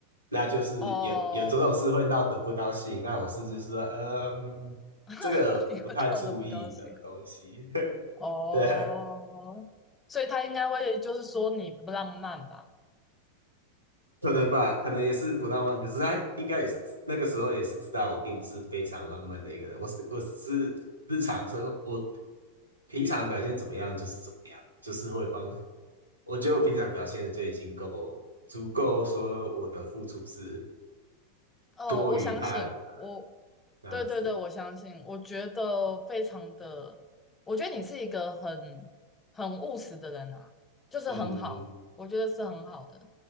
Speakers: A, on the right; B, on the left.
A: 那就是有有这种事会闹得不高兴，
B: 哦，
A: 那我是就是说，呃嗯，
B: <laughs>
A: 这个不太注意的东西，
B: 你会闹得不高兴
A: <laughs>
B: 哦，
A: 对，
B: 所以他应该会就是说你不浪漫吧？
A: 可能吧，可能也是不浪漫，可是他应该也是那个时候也是知道我并不是非常浪漫的一个人，我是我只是日常生活，我平常表现怎么样就是怎么样，就是会帮，我觉得我平常表现的就已经够足够，说我的付出是
B: 哦，
A: 多于他人
B: 我相信，我
A: 这样子。
B: 对对对，我相信，我觉得非常的，我觉得你是一个很很务实的人啊，就是很好，
A: 嗯，
B: 我觉得是很好的。